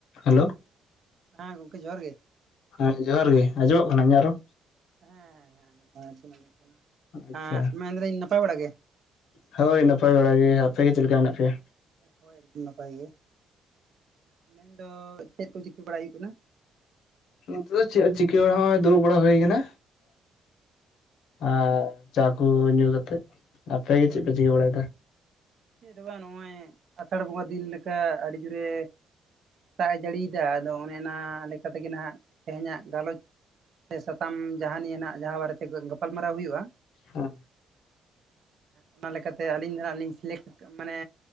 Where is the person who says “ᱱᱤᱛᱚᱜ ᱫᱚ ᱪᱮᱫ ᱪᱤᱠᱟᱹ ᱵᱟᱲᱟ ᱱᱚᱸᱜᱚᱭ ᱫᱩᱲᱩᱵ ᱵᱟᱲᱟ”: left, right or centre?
Left